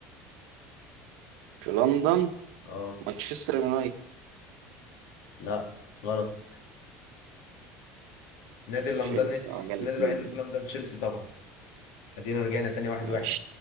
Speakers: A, on the right; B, on the left.
A: في لندن
B: اه
A: مانشستر يونايتد
B: لا غلط النادي اللندني
A: تشيلسي اه قلت
B: النادي الوحيد
A: مني دي.
B: اللي في لندن تشيلسي طبعا ادينا رجعنا تاني واحد
A: ماشي
B: واحد